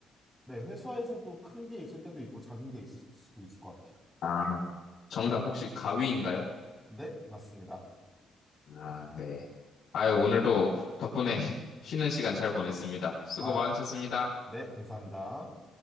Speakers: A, in the centre; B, on the left (about 70°).
A: 네, 회사에서도 큰 게 있을 때도 있고 작은 게 있을 수도 있을 것 같아요.
B: 아, 정답 혹시 가위인가요?
A: 네, 맞습니다.
B: 아, 네. 아유, 오늘도 덕분에 <laughs> 쉬는 시간 잘 보냈습니다. 수고
A: 아,
B: 많으셨습니다.
A: 네, 감사합니다.